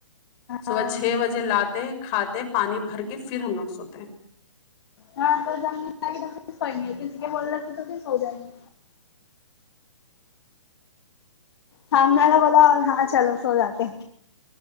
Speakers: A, on the left; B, on the left.
A: صبح
B: ہاں
A: چھ بجے لاتے کھاتے پانی بھر کے پھر ہم لوگ سوتے ہے
B: ہاں تو جب نیند اے تبھی سو گئے کسی کا بولنے سے تھوڑی سو جائیں گے سامنے والا بولا اور ہاں چلو سو جاتے